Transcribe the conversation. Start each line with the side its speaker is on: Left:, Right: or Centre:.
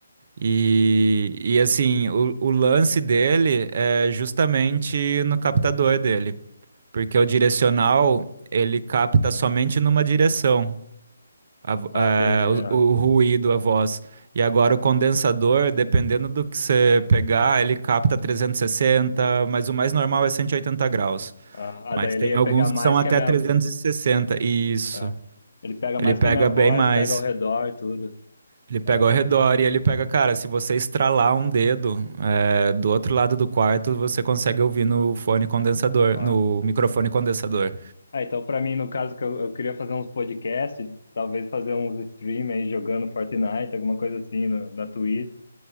Right: E, e assim, o, o lance dele é justamente no captador dele, porque o direcional ele capta somente numa direção a vo-
Left: Ah,
Right: é,
Left: entendi. Ah,
Right: o, o ruído, a voz. E agora o condensador, dependendo do que você pegar, ele capta 360, mas o mais normal é 180 graus.
Left: ah, ah,
Right: Mas
Left: daí ele
Right: tem
Left: ia
Right: alguns
Left: pegar mais
Right: que são até
Left: que a minha.
Right: 360. Isso.
Left: ah. ele pega mais
Right: Ele pega
Left: que a minha voz,
Right: bem mais.
Left: pega ao redor, tudo.
Right: Ele pega
Left: Ah, entendi.
Right: ao redor e ele pega, cara, se você estralar um dedo, é, do outro lado do quarto, você consegue ouvir no fone condensador,
Left: Ah,
Right: no microfone condensador.
Left: Ah, então pra mim, no caso, que eu, eu queria fazer uns podcasts, talvez fazer uns stream aí jogando Fortnite, alguma coisa assim no- na Twitch.